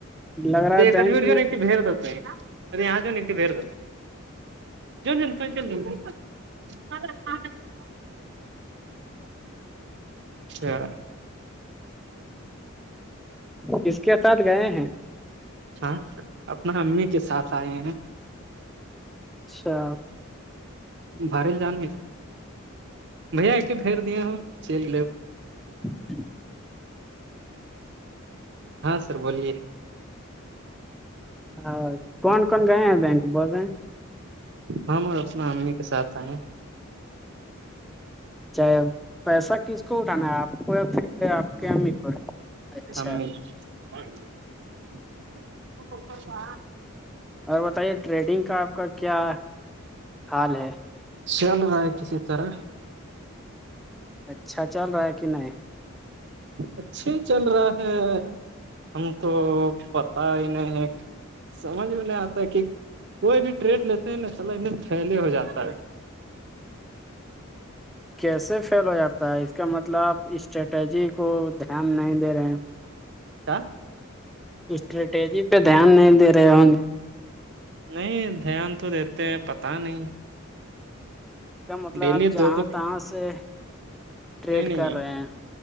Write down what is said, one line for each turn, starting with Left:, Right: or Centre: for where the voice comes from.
Centre: لگ رہا
Right: ا
Centre: ہے
Right: یہ
Centre: بینک
Right: سٹویر جاں
Centre: میں
Right: ایکٹی بہر جات ہے اے یہاں جون ایکٹٹی بہر جاتا جو ل تو ل <unintelligible> اچھا
Centre: کس کے ساتھ گئے ہیں
Right: ہاں اپنا امی کے ساتھ آئے ہیں
Centre: اچھا
Right: بار ل جاان بھ ایک دیے ہ چل
Centre: ج <inaudible>
Right: ہاں سر بولیے
Centre: ہاں کون کون گئے ہیں بینک بول رہے ہیں
Right: ہم اور اپنا امی کے ساتھ آئے ہیں
Centre: چاہے پیسہ کس کو اٹھانا ہے آپ کو یا پھر آپ کے امی کو اچھا
Right: امی <inaudible>
Centre: اور بتائیے ٹریڈنگ کا آپ کا کیا حال ہے
Right: شیاال ر آئیتی ستارا
Centre: اچھا چل رہا ہے کہ نہیں
Right: اچھے چل رہا ہے ہم تو پت ہی نہیں ہے سمجھ میں نہیں آتا کہ کوئی بھی ٹریڈ لیتے ہیں نا چلا پھیلے ہو جاتا ہے
Centre: کیسے فیل ہو جاتا ہے اس کا مطلب آپ اسٹریٹجی کو دھیان نہیں دے رہے ہیں <inaudible>
Right: کیا <unintelligible>
Centre: اسٹریٹیجی پہ دھیان نہیں دے رہے ہوں گے
Right: نہیں دھیان تو دیتے ہیں پت نہیں
Centre: کا مطلب
Right: ڈیلی
Centre: آپ جہاں
Right: دو دو
Centre: تہاں سے <unintelligible> ٹریڈ
Right: نہیں نہیں
Centre: کر رہے ہیں